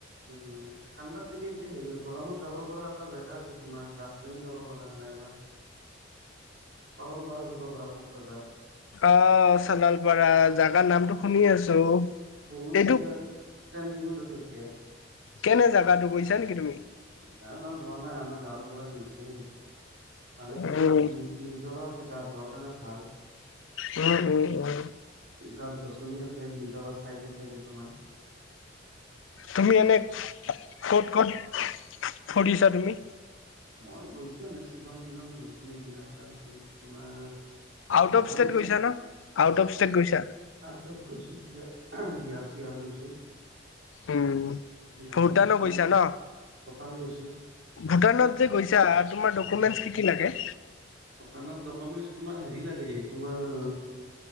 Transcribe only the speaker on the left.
অ', চাৰলপাৰা, জাগাৰ নামটো শুনি আছো।
এইটো
কেনে জেগাটো গৈছা নেকি তুমি?
উম
উম উম উম
তুমি এনে ক'ত ক'ত ফুৰিছা তুমি?
আউট
অফ ষ্টেট গৈছা ন, আউট অফ ষ্টেট গৈছা?
উম
ভূটানো
গৈছা ন
ভূটানত যে গৈছা তোমাৰ ডকুমেন্ট
কি কি লাগে?